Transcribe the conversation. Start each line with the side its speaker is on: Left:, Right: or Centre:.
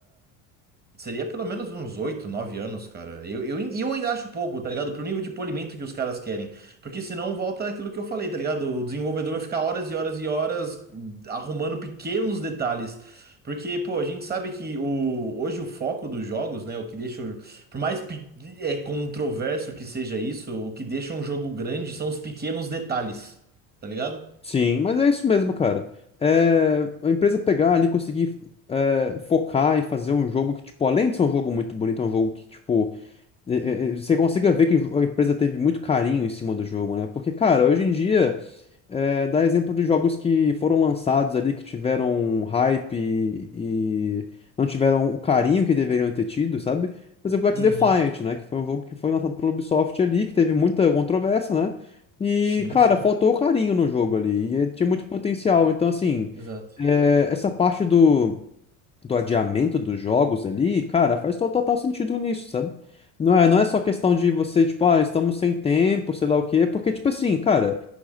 Right: Seria pelo menos uns 8 9 anos, cara. Eu, eu, e eu ainda acho pouco, tá ligado? Pro nível de polimento que os caras querem. Porque senão volta aquilo que eu falei, tá ligado? O desenvolvedor vai ficar horas e horas e horas arrumando pequenos detalhes. Porque, pô, a gente sabe que o, hoje o foco dos jogos, né? O que deixa. o- Por mais pe- é controverso que seja isso, o que deixa um jogo grande são os pequenos detalhes, tá ligado?
Left: Sim, mas é isso mesmo, cara. É, a empresa pegar ali, conseguir é, focar e fazer um jogo que, tipo, além de ser um jogo muito bonito, é um jogo que, tipo, é- é- é, você consiga ver que a empresa teve muito carinho em cima do jogo, né? Porque, cara, hoje em dia. É, dá exemplo de jogos que foram lançados ali, que tiveram hype e, e não tiveram o carinho que deveriam ter tido, sabe? Por exemplo, o X-Defiant,
Right: Uhum.
Left: né? Que foi um jogo que foi lançado pela Ubisoft ali, que teve muita controvérsia, né? E,
Right: Sim,
Left: cara,
Right: sim.
Left: faltou o carinho no jogo ali. E eh, tinha muito potencial. Então, assim,
Right: Exato.
Left: eh, essa parte do, do adiamento dos jogos ali, cara, faz to- total sentido nisso, sabe? Não é, não é só questão de você, tipo, ah, estamos sem tempo, sei lá o quê, porque, tipo assim, cara.